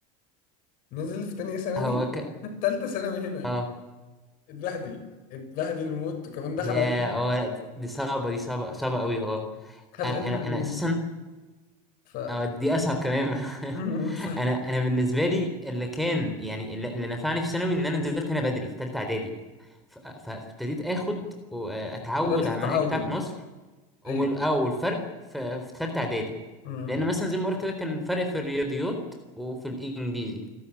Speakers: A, on the left; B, in the centre.
A: نزل في تانية ثانوي
B: هو ك...
A: في تالتة ثانوي هنا
B: اه
A: اتبهدل اتبهدل موت وكمان دخل
B: يا
A: علم
B: اه لا دي صعبة دي صعبة صعبة قوي اه
A: خد
B: آه، انا
A: علم علوم
B: انا اساسا
A: ف
B: اه دي اصعب كمان
A: <laughs>
B: <laughs>
A: ف-
B: انا انا بالنسبه لي اللي كان يعني اللي اللي نفعني في ثانوي ان انا نزلت هنا بدري في ثالثه اعدادي ف- ف- فابتديت اخد واتعود
A: بدأت تتعود
B: على المناهج بتاعت مصر وال-
A: ايوه
B: اه والفرق في في ثالثه اعدادي
A: مم.
B: لان مثلا زي ما قلت كده كان فرق في الرياضيات وفي الانجليزي